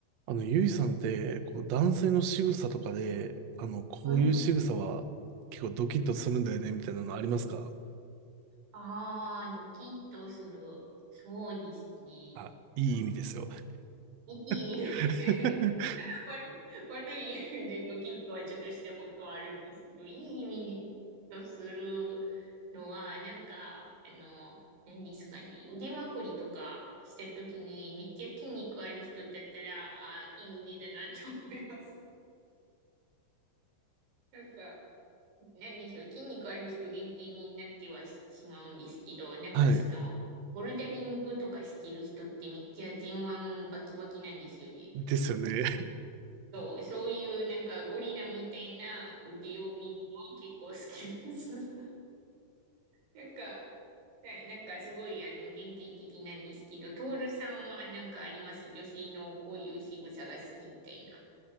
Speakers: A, on the right (about 65°); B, on the right (about 90°).
A: あの、ゆいさんって、こう、男性の仕草とかで、あの、こういう仕草は結構ドキッとするんだよね、
B: はい。
A: みたいなのありますか
B: ああ、ドキッとする。そうですね。
A: あ、いい意味ですよ。
B: はい <laughs> いい意味で
A: <laughs>
B: <laughs> 悪い、悪い意味でドキッとはちょっとしたことはあるんですけど、いい意味でドキッとするのは、なんか、あの、何ですかね、腕まくりとかしたときに、めっちゃ筋肉ある人だったら、ああ、いい腕だなと思います。<laughs> なんか、なんでしょう、筋肉ある人限定になってはしまうんですけど、なんかその、
A: はい。
B: ボルダリングとかしてる人ってめっちゃ前腕バキバキなんですよね。
A: ですよね。
B: そう、そういうなんかゴリラみたいな腕を見るのは結構好きです。<laughs> なんか、な、なんかすごいあの限定的なんですけど、トールさんはなんかあります女性のこういう仕草が好きみたいな。